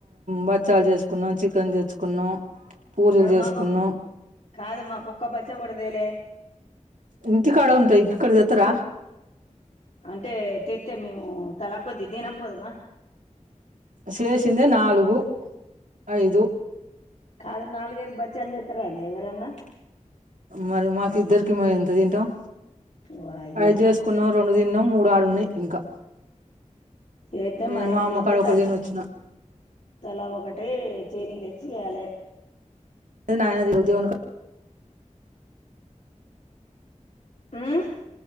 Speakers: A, on the right (about 85°); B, on the left (about 60°).
A: బచ్చాలు చేసుకున్నాం చికెన్ తెచ్చుకున్నాం పూరీలు
B: మరి
A: చేసుకున్నాం
B: మాకు కాదు మాకు ఒక్క బచ్చా కూ డదేలే
A: ఇంతి కాడ ఉంటాయి ఇక్కడిక్ తెత్తార
B: అంటే తెత్తే మేము తల కొద్ది దినకపోదుమా
A: చేేసిందే నాలుగు ఐదు.
B: కాదు నాలుగైదు బచ్చాల్ చేత్తరానే ఎవరన్నా
A: మరి మాకు ఇద్దరికి మేం ఎంత తింటాం
B: వాయ్యా
A: అయి చేసుకున్నం రొ డు తిన్నం మూడు ఆడున్నాయి ఇంకా.
B: చేద్దే
A: నేను
B: మరిన్ని
A: మా అమ్మకాడ
B: చేద్దే
A: ఒకటి
B: త
A: తినొచ్చిన
B: తలా ఒకటీ చేనికి తెచ్చి ఇయాలే.
A: <unintelligible>
B: మ్మ్